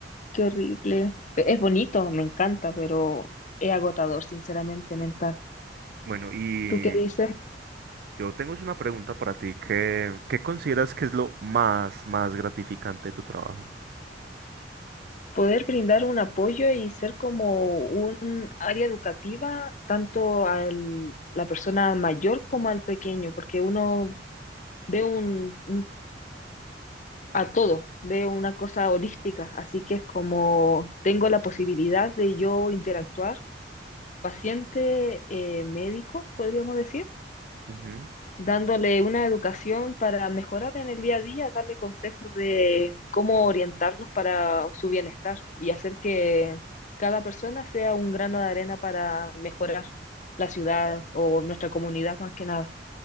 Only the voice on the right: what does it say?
bueno, y
yo tengo es una pregunta para ti. ¿Qué, qué consideras que es lo más, más gratificante de tu trabajo?
Ujú.